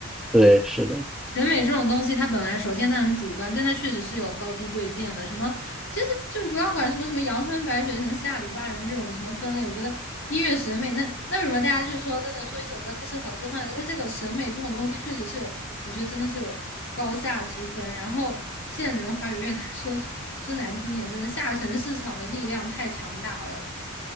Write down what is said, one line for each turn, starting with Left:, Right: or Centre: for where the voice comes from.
Centre: 对，是的
Left: 审美这种东西，它本来首先它很主观，但它确实是有高低贵贱的。什么就是就不要管什么什么阳春白雪、什么下里巴人这种什么分类，我觉得音乐审美那那为什么大家就是说都能说一首歌它是好是坏的？它这个审美这种东西确实是有，我觉得真的是有高下之分。然后现在整个华语乐坛说说难听点，真的下沉市场的力量太强大了。